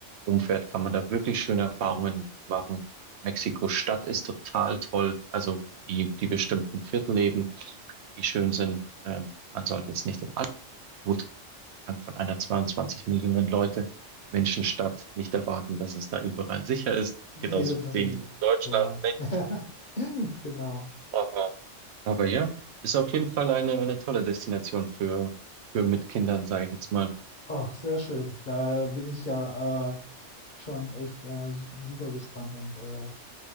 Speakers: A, on the right (about 70°); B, on the left (about 45°).
A: rumfährt, kann man da wirklich schöne Erfahrungen machen. Mexiko-Stadt ist total toll. Also die, die bestimmten Viertel eben, die schön sind. Ähm, man sollte jetzt nicht im All gut. Man kann von einer 22 Millionen Leute Menschenstadt nicht erwarten, dass es da überall sicher ist.
B: Nee,
A: Genauso
B: selbstverständlich.
A: wenig in Deutschland
B: Aber
A: nicht.
B: <laughs> genau.
A: Aber, aber ja, ist auf jeden Fall eine, eine tolle Destination für, für mit Kindern, sage ich jetzt mal.
B: Ach, sehr schön. Da bin ich ja äh, schon echt äh, su- super gespannt und äh,